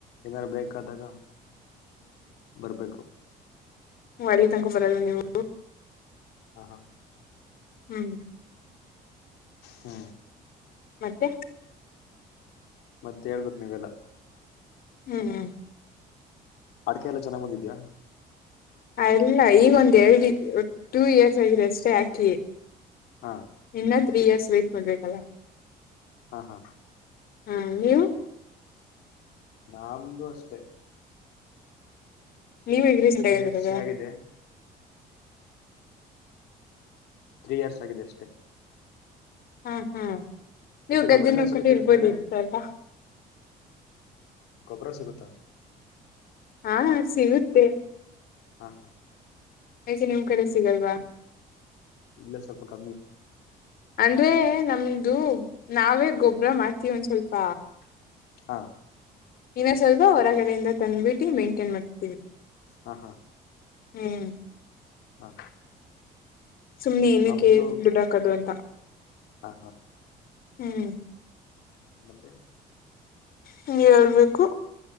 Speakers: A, on the left; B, on the left.
A: ಏನಾರ ಬೇಕಾದಾಗ ಬರ್ಬೇಕು
B: ಹ ಅಳ್ಳಿ ತನಕ ಬರಲ್ ನೀವು
A: ಹಾ ಹಾ
B: ಹೂ
A: ಹೂ
B: ಮತ್ತೆ
A: ಮತ್ತೆ ಹೇಳ್ಬಕ್ ನೀವೆಲ್ಲ
B: ಹೂ ಹೂ
A: ಅಡಕೆ ಎಲ್ಲ ಚೆನ್ನಾಗ್ ಬಂದಿದ್ಯಾ
B: ಅಲ್ಲ ಈಗ ಒಂದ್ ಎರಡ್ ಟೂ ಇಯರ್ಸ್ ಆಗಿದೆ ಅಷ್ಟೆ ಹಾಕಿ
A: ಹಾ
B: ಇನ್ನ ತ್ರಿ ಇರ್ಸ್ ವಯ್ಟ್ ಪಲ್್ರಕ್ಕಲ್ಲ
A: ಹಾ ಹಾ
B: ಹಾ ನೀವು
A: ನಮ್ದು ಅಷ್ಟೆ
B: ನೀವು ಈಗ ರೀಸೆಂಟ್
A: ತ್ರೀ
B: ಆಗಿರೋದ
A: ಇಯರ್ಸ್ ಆಗಿದೆ ತ್ರೀ ಇಯರ್ಸ್ ಆಗಿದೆ ಅಷ್ಟೆ
B: ಹೂ ಹೂ ನೀವು
A: ಮತ್ತೆ
B: ಗದ್ದೆ
A: ಗೊಬ್ಬರ ಎಲ್ಲ
B: ನೋಡ್ಕೊಂಡು
A: ಸಿಗುತ್ತೆ
B: ಇರ್ಬೋದ
A: ನಿಮ್ ಕಡೆ
B: ಇತ್ತುಲ್ಲ
A: ಕೊಬ್ಬರ ಸಿಗುತ
B: ಹಾ ಸಿಗುತ್ತೆ
A: ಹಾ ಹಾ
B: ಯಾಕೆ ನಿಮ್ಮ ಕಡೆ ಸಿಗಲ್ವಾ
A: ಇಲ್ಲ ಸ್ವಲ್ಪ ಕಮ್ಮಿ
B: ಅಂದ್ರೆ ನಮ್ದು ನಾವೇ ಗೊಬ್ಬರ ಮಾಡ್ತೀವಿ ಒಂದ್ ಸ್ವಲ್ಪ
A: ಹಾ
B: ಇನ್ನೊ ಸ್ವಲ್ಪ ಹೊರಗಡೆಯಿಂದ ತಂದ ಬಿೀಟಿ ಮೈಂಟೈನ್ ಮಾಡ್ತೀವಿ
A: ಹಾ ಹಾ
B: ಹ್ಮ್
A: ಹಾ
B: ಸುಮ್ನೆ ಏನಕ್ಕೆ
A: ನಮ್ದು
B: ದುಡ್ಡಾ ಕದು ಅಂತ
A: ಹಾ
B: ಹ್ಮ್
A: ್ಮ ಮತ್ತೆ
B: ಹಗೆ ಹಳ್ಬೇಕು